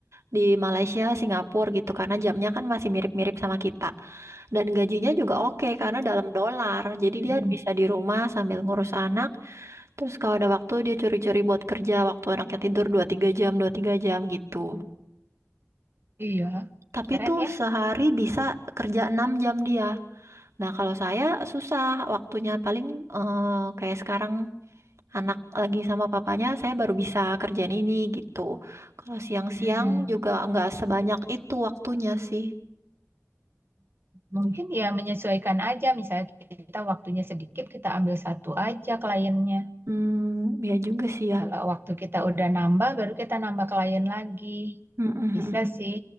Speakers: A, on the right (about 65°); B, on the right (about 50°).
A: di Malaysia, Singapura gitu karena jamnya kan masih mirip-mirip sama kita. Dan gajinya juga oke karena dalam dolar. Jadi dia
B: Mm-mm.
A: bisa di rumah sambil ngurus anak. Terus kalau ada waktu dia curi-curi buat kerja waktu anaknya tidur dua tiga jam, dua tiga jam gitu.
B: Iya,
A: Tapi
B: keren
A: tuh
B: ya.
A: sehari bisa kerja 6 jam dia. Nah, kalau saya susah waktunya paling eh, kayak sekarang anak lagi sama papanya saya baru bisa kerjain ini gitu. Kalau siang-siang
B: Hmm.
A: juga nggak sebanyak itu waktunya sih.
B: Mungkin
A: Gitu.
B: ya menyesuaikan aja, misalnya kita waktunya sedikit, kita ambil satu aja kliennya
A: Hmm, ya juga sih ya.
B: Kalau waktu kita udah nambah, baru kita nambah klien lagi.
A: Mm, mm,
B: Bisa
A: mm.
B: sih.